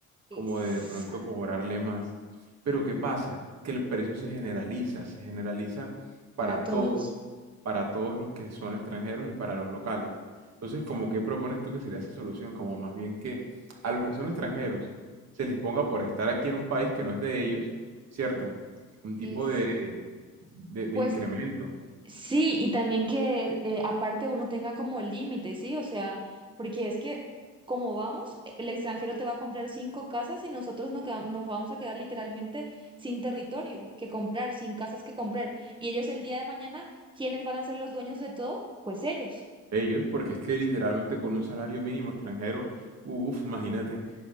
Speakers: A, on the right (about 60°); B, on the right (about 15°).
A: como
B: Es
A: de de pronto cobrarle más. Pero ¿qué pasa? Que el precio se generaliza, se generaliza para
B: para todos.
A: todos, para todos los que son extranjeros y para los locales. Entonces, ¿como qué propones tú que sería esa solución? Como más bien que a los que son extranjeros se les ponga por estar aquí en un país que no es de ellos, ¿cierto? Un tipo
B: Es,
A: de, de, de
B: pues
A: incremento
B: sí, y también que eh, aparte uno tenga como límite, ¿sí? O sea, porque es que como vamos, el extranjero te va a comprar cinco casas y nosotros no queda- nos vamos a quedar literalmente sin territorio que comprar, sin casas que comprar. Y ellos el día de mañana, ¿quiénes van a ser los dueños de todo? Pues ellos.
A: ellos, porque es que literalmente con un salario mínimo extranjero, uff, imagínate,